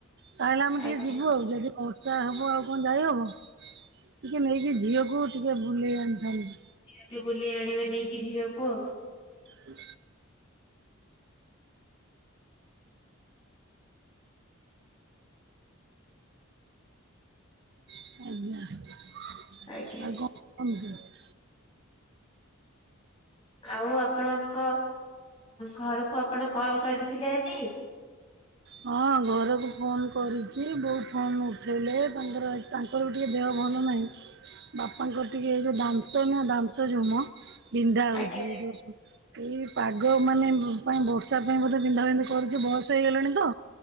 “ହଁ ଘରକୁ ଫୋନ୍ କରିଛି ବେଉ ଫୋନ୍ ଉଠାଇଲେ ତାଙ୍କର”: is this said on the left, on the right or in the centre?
Right